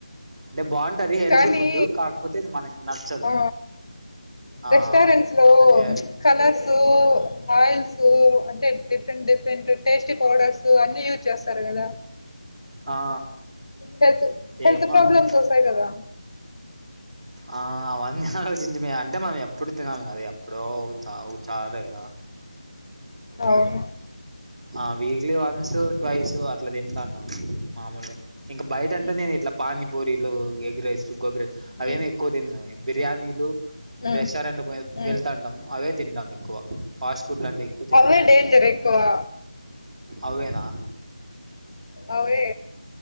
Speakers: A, in the centre; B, on the left (about 55°).
A: అంటే బాగుంటది హెల్తీ
B: కానీ
A: ఫుడ్ కాకపోతే ఇది మనకి నచ్చదు
B: ఆ
A: ఆ
B: రెస్టారెంట్స్ లో
A: అదే
B: కలర్సు ఆయిల్స్ టె డిఫరెంట్ డిఫరెంట్ టేస్టీ పౌడర్స్ అన్ని యూజ్ చేస్తారు కదా
A: ఆ
B: హెల్త్ హెల్త్
A: ఏమో
B: ప్రాబ్లమ్స్
A: అండి
B: వస్తాయి కదా
A: ఆ అవన్నీ ఆలోచించి అంటే మం ఎ ఎప్పుడు తిన్నాము కదా ఎప్పుడో చా చాల కదా
B: అవును
A: ఆ వీక్లీ వన్సు ట్వైస్ అట్ల తింటాంటం మామూలు ఇంకా బయట అంటే
B: హ్మ్.
A: నేను ఇట్లా పానీపూరిలు ఎగ్ రైస్ గోబీ రైస్ అవేమి
B: హ్మ్.
A: ఎక్కువ తిన్న ఈ బిర్యానీలు
B: హ్మ్.
A: రెస్టారెంట్లకు
B: హ్మ్.
A: వెళ్తాంటం అవే తింటం ఎక్కువ ఫాస్ట్ ఫుడ్ అంటే ఎక్కువ తిన్నం
B: టె డేంజర్ ఎక్కువా
A: అవేనా
B: అవే